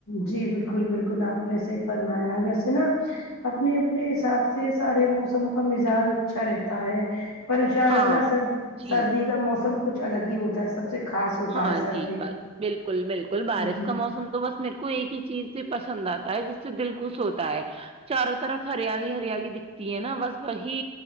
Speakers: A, on the left (about 80°); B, on the right (about 25°).
A: جی بالکل بالکل آپ نے صحیح فرمایا ہے ویسے نا اپنے اپنے حساب سے سارے موسم کا مزاج اچھا رہتا ہے پر ان شاء
B: ہاں
A: اللہ سرد
B: جی
A: سردی کا موسم کچھ الگ ہی ہوتا ہے سب سے خاص ہوتا
B: ہاں
A: ہے سردی
B: جی با بالکل بالکل بارش
A: جی
B: کا موسم تو بس میرے کو ایک ہی چیز سے پسند آتا ہے جس سے دل خوش ہوتا ہے چاروں طرف ہریالی ہریالی دکھتی ہے نا بس وہی